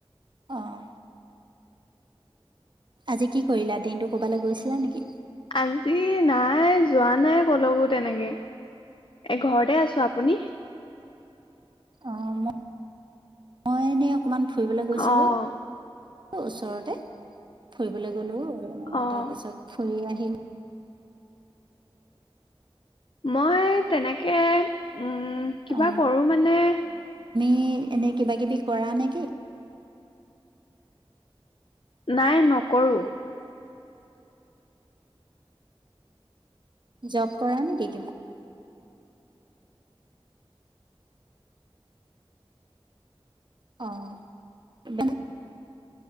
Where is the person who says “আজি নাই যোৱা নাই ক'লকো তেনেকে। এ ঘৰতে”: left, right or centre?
Left